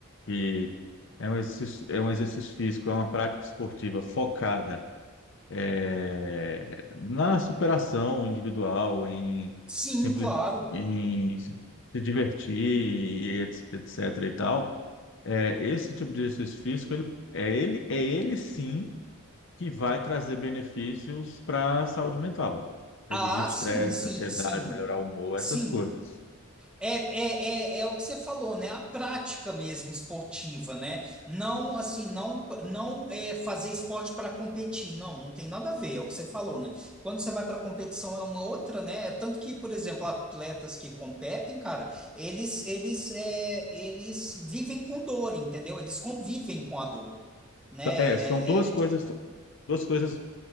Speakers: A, on the left; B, in the centre.
A: que é um exercício, é um exercício físico, é uma prática esportiva focada é, na superação individual, em,
B: Sim,
A: simpli-
B: claro.
A: em se se divertir, e et- etc. e tal, é, esse tipo de exercício físico, ele, é, ele, é ele sim que vai trazer benefícios para a saúde mental. Reduzir
B: Ah,
A: estresse,
B: sim, sim,
A: ansiedade,
B: sim.
A: melhorar o humor,
B: Sim.
A: essas coisas.
B: É, é, é, é o que você falou, né? A prática mesmo esportiva, né? Não assim, não não é fazer esporte para competir, não, não tem nada a ver, é o que você falou, né? Quando você vai para competição é uma outra, né? É Tanto que, por exemplo, atletas que competem, cara, eles eles é, eles vivem com dor, entendeu? Eles convivem com a dor, né?
A: É,
B: É,
A: são duas
B: é-
A: coisas,
B: é-
A: duas coisas